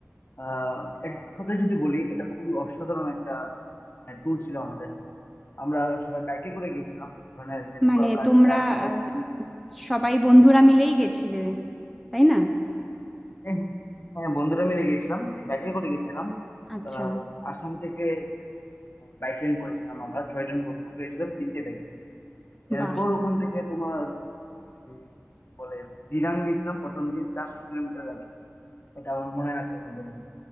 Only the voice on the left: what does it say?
আহ এক কথায় যদি বলি এটা খুবই অসাধারণ একটা ট্যুর ছিল আমাদের আমরা সবাই বাইকে করে গেছিলাম ওখানে যে লোকাল
কালচার
লোকাল
ফুড
হ্যাঁ হ্যাঁ, বন্ধুরা মিলে গেছিলাম বাইকে করে গেছিলাম
আহ, আসাম থেকে বাইক রেন্ট করেছিলাম আমরা ছয়জন বন্ধু গেছিলাম তিনটে বাইকে এরপর
ওখান থেকে তোমার এই কি বলে দিরাং গেছিলাম প্রথম দিন চারশো কিলোমিটার রাইড এটা আমার মনে আছে এখন পর্যন্ত